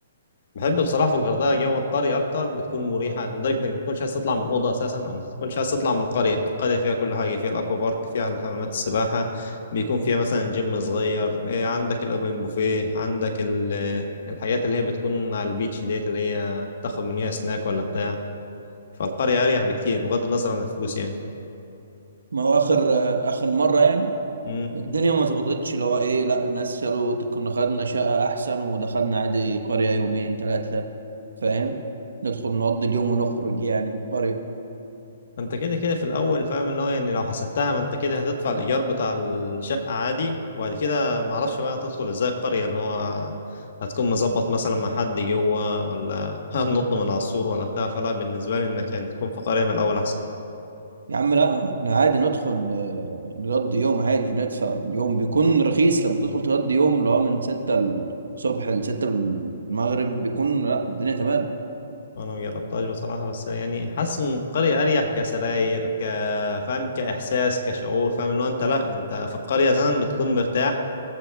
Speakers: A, on the left; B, on the right.
A: بحب بصراحه في الغردقه جو القريه اكتر بتكون مريحه لدرجه انك ما تكونش عايز تطلع من الاوضه اساسا او ما تكونش عايز تطلع من القريه القريه فيها كل حاجه فيها الاكوا بارك فيها الحمامات السباحه بيكون فيها مثلا جيم صغير إيه، عندك الاوبن بوفيه عندك ال- الحاجات اللي هي بتكون على البيتش ديت اللي هي تاخد منيها سناك ولا بتاع فالقريه اريح بكتير بغض النظر عن الفلوس
B: ما هو اخر آه، اخر مرة يعني
A: يعني
B: الدنيا ما ظبطتش اللي هو ايه لا الناس قالوا كنا خدنا شقة احسن ودخلنا عادي قرية يومين ثلاثة فاهم ندخل نقضي اليوم ونخرج يعني من القرية
A: ما انت كده كده في الاول فاهم اللي هو يعني لو حسبتها ما انت كده هتدفع الايجار بتاع الشقه عادي وبعد كده ما اعرفش بقى هتدخل ازاي القريه اللي هو هتكون مظبط مثلا مع حد جوه ولا <laughs> هنط من على السور ولا بتاع فلا بالنسبه لي انك يعني تكون في قريه من الاول احسن
B: يا عم لا احنا عادي ندخل آه، نقضي يوم عادي ندفع اليوم بيكون رخيص لما تدخل تقضي يوم اللي هو من ستة الصبح لستة المغرب بيكون لا الدنيا تمام
A: انا ما جربتهاش بصراحه بس يعني حاسس ان القريه اريح كسراير ك فاهم كاحساس كشعور فاهم اللي هو انت لا انت في القريه مثلا بتكون مرتاح